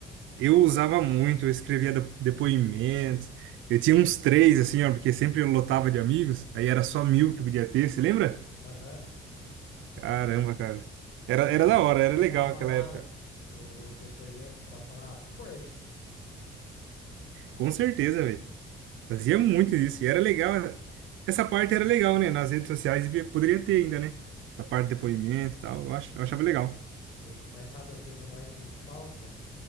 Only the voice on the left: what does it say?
Aham.
Você
chegava
lá
no- nos depoimentos pra falar first.
Sim, mas sabe o que que eu mais sinto falta?